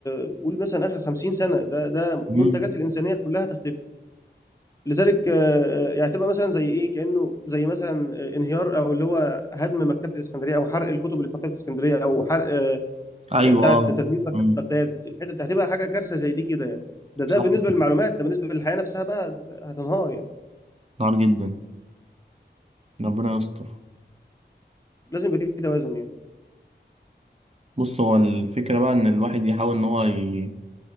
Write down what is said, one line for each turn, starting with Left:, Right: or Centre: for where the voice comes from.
Left: آه، قول مثلا اخر 50 سنه ده ده
Right: مم.
Left: منتجات الانسانيه كلها تختفي لذلك آه، آه، يعني تبقى مثلا زي ايه كانه زي مثلا آه، انهيار او اللي هو هدم مكتبه الاسكندريه او حرق الكتب اللي في مكتبه الاسكندريه او حرق آه،
Right: أيوه
Left: آه، بتاعه
Right: اه
Left: تدمير مكتبه
Right: مم.
Left: بغداد الحته دي هتبقى حاجه كارثه زي دي كده يعني ده ده
Right: صح
Left: بالنسبه للمعلومات ده بالنسبه للحياه نفسها بقى هتنهار يعني
Right: نار جدا ربنا يستر
Left: لازم يبقى في توازن
Right: بص هو الفكرة بقى إن الواحد يحاول إن هو ي...